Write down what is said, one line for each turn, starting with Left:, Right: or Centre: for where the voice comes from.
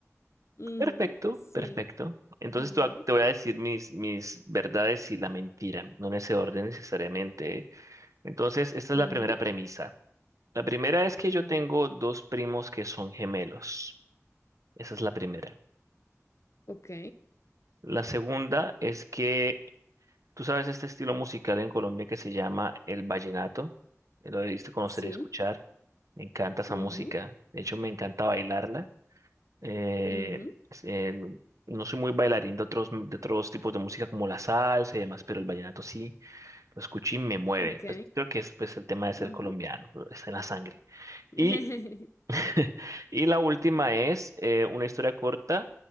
Left: Ujú,
Right: Perfecto,
Left: Sí,
Right: perfecto. Entonces
Left: vale.
Right: te voy te voy a decir mis, mis verdades y la mentira, no en ese orden necesariamente, ¿eh? Entonces, esta
Left: Ujú,
Right: es la primera premisa. La primera es que
Left: ujú.
Right: yo tengo dos primos que son gemelos. Esa es la primera.
Left: Ok,
Right: La segunda es que tú sabes este estilo musical en Colombia que se llama el vallenato. Eh, Lo debiste conocer
Left: sí.
Right: y escuchar. Me encanta esa
Left: Ujú,
Right: música. De hecho, me encanta bailarla. Eh,
Left: ujú.
Right: es- eh, no soy muy bailarín de otros, de otros tipos de música como la salsa y demás, pero el vallenato sí lo escuché y me mueve.
Left: Ok.
Right: Pues, creo que es pues, el tema de ser
Left: Ujú.
Right: colombiano, está en la sangre.
Left: <laughs>
Right: Y <laughs> Y la última es eh, una historia corta.